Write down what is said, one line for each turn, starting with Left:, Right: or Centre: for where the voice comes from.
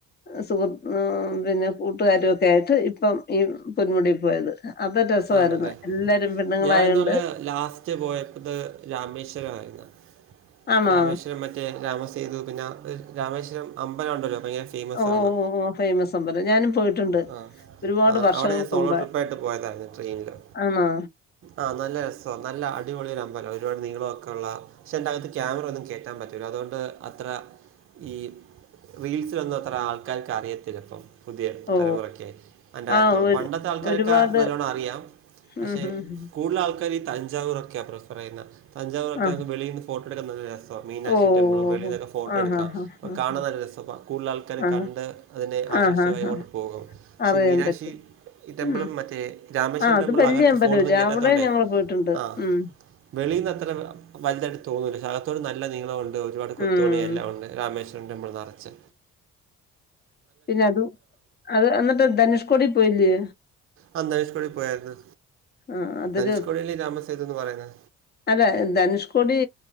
Left: സുഹൃ ഉം പിന്നെ കൂട്ടുകാരൊക്കെ ആയിട്ട് ഇപ്പം ഈ പൊന്മുടി പോയത്. അപ്പോ രസമായിരുന്നു
Right: ആണല്ലേ
Left: എല്ലാരും പെണ്ണുങ്ങളായോണ്ട്
Right: ഞാൻ ഇന്നാള് ലാസ്റ്റ് പോയപ്പോത് രാമേശ്വരം ആരുന്നു
Left: ആണോ
Right: രാമേശ്വരം മ റ്റേ രാമസയ്തു പിന്നെ രാമേശ്വരം അമ്പലം ഉണ്ടല്ലോ ഭയങ്കര ഫേമസ്
Left: ഓ
Right: ആണ്.
Left: ഓ ഓ ഫേമസ് അമ്പലം ഞാനും പോയിട്ടുണ്ട്
Right: ആഹ്
Left: ഒരുപാട്
Right: ആഹ്
Left: വർഷങ്ങൾക്ക്
Right: അവിടെ ഞാൻ സോളോ
Left: മുമ്പ്
Right: ട്രിപ്പ് ആയിട്ട് പോയതാ <unintelligible> ട്രെയിനില്
Left: ആണോ
Right: ആഹ് നല്ല രസാ നല്ല അടിപൊളി അമ്പലാ ഒരുപാട് നീളം ഒക്കെ ഉള്ള പക്ഷേ അയിന്റകത്ത് ക്യാമറ ഒന്നും കേറ്റാൻ പറ്റൂല അതുകൊണ്ട് അത്ര ഈ റീൽസിലൊന്നും അത്ര ആൾക്കാർക്ക് അറിയത്തില്ല ഇപ്പം പുതിയ
Left: ഓ
Right: തലമുറയ്ക്കെ അയിന്റകത്തൊള്ളെ
Left: ആ ഒരു
Right: പണ്ടത്തെ ആൾക്കാരൊക്കെ
Left: ഒരുപാട്
Right: നല്ലോണം അ റിയാം പക്ഷേ
Left: ഉം ഉം ഉം.
Right: കൂടുതൽ ആൾക്കാര് ഈ തഞ്ചാവൂരൊക്കെയാ പ്രിഫർ ചെയ്യുന്നേ. തഞ്ചാവൂരൊക്കെ
Left: ആ
Right: വെളീന്ന് ഫോട്ടോ എടുക്കാൻ നല്ല രസാ മീനാക്ഷി
Left: ഓ ഓ,
Right: ടെമ്പിളും വെളീന്നൊക്കെ
Left: ഓ.
Right: ഫോട്ടോ
Left: ആ
Right: എടുക്കാം
Left: ഹാ ഹാ
Right: അപ്പോ
Left: ഹാ
Right: കാണാൻ
Left: ഹാ
Right: നല്ല രസമാ കൂടുതൽ ആൾക്കാര്
Left: ആ
Right: കണ്ട് അതിനെ ആകർഷമായി
Left: ആ ഹാ ഹാ
Right: അങ്ങോട്ട് പോകും. ക്ഷേ
Left: അറിയാൻ
Right: മീനാക്ഷി
Left: പറ്റും
Right: ടെമ്പിളും
Left: ഉം
Right: മറ്റേ രാമേശ്വരം
Left: ആഹ് അത്
Right: ടെമ്പിൾ
Left: വല്യ
Right: അകത്ത്
Left: അമ്പലല്ലേ
Right: ഫോണൊന്നും കേറ്റാത്തോണ്ടേ
Left: അവിടെ ഞങ്ങള് പോയിട്ടുണ്ട്
Right: ആഹ്
Left: ഉം
Right: വെളീന്ന് അത്ര വലുതായിട്ട് തോന്നൂല ശ്ശേ അകത്തോട്ട് നല്ല നീളവൊ ണ്ട് ഒരുപാട് കൊത്തുപണി
Left: ഉം
Right: എല്ലാം ഉണ്ട് രാമേശ്വരം ടെമ്പിൾ നെറച്ച്.
Left: പിന്ന അതും അത് അന്നിട്ട് ധനുഷ്കോടി പോയില്ലേ?
Right: ആഹ് ധനുഷ്കോടി പോയായിരുന്നു
Left: ആഹ് അതൊരു
Right: ധനുഷ്കോടിയല്ലേ രാമസേതു എന്ന് പറയുന്നേ?
Left: അല്ല ധനുഷ്കോടി